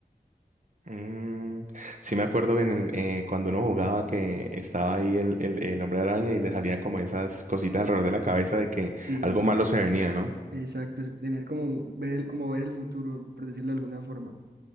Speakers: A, on the right (about 50°); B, on the right (about 85°).
A: Mm, sí me acuerdo que en el- eh, cuando uno jugaba que estaba ahí el, el, el hombre araña y le salía como esas cositas alrededor de la cabeza de que
B: Sí,
A: algo malo se venía, ¿no?
B: exacto, es tener como ver el, como ver el futuro, por decirlo de alguna forma.